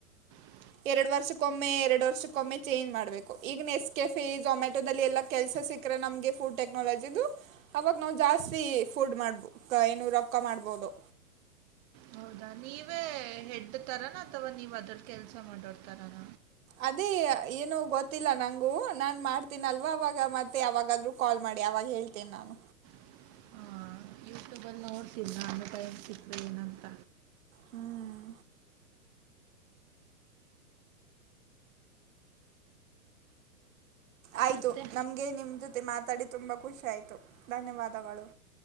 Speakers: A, on the right; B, on the right.
A: ಹ
B: ಎರಡು ವರ್ಷಕ್ಕೊಮ್ಮೆ ಎರಡ್ ವರ್ಷಕ್ಕೊಮ್ಮೆ ಚೇಂಜ್ ಮಾಡ್ಬೇಕು ಈಗ ಎಸ್ ಕೆಫೆಮ್ಯಾಟ ದಲ್ಲಿ ಎಲ್ಲಾ ಕೆಲ್ಸ ಸಿಕ್ಕ್ರೆ ನಮ್ಗೆ ಫುಡ್ ಟೆಕ್ನಾಲಜಿು ಅವಾಗ ನಾವು ಜಾಸ್ತಿ ಫುಡ್ ಮಾಡ್ಬ ಏನುೂ ರಕ್ಕ ಮಾಡ್ಬೋದು
A: ಹ ನೀವೇ ಹೆಡ್ತಾರಾನ ಅಥವಾ ನೀವ್ ಅದ್ರ ಕೆಲ್ಸ ಮಾಡೋಡ್ತಾರಾನ
B: ಅದೇ ಏನು ಗೊತ್ತಿಲ್ಲ ನಂಗೂ ನಾನ್ ಮಾಡ್ತೀನಲ್ವಾ ಅವಾಗ ಮತ್ತೆ ಅವಾಗಾದ್ರೂ ಕಾಲ್ ಮಾಡ ನಡಿ ಅವಾಗ ಹೇಳ್ತೇನೆ ನಾನು
A: ಹಾ ಯಟ್ಯೂಬಲ್ಲಿ ನೋಡ್ತನ ನ ಅನ್ನ ಸಿತ್ ಏನಂತ
B: ಹ್ಮ್ ಆಯ್ತು
A: ಮತ್ತೆ
B: ನಮ್ಗೆ ನಿಮ್ಮ ಜೊತೆ ಮಾತಾಡಿ ತುಂಬಾ ಖುಷಿ ಆಯ್ತು ಧನ್ಯವಾದಗಳು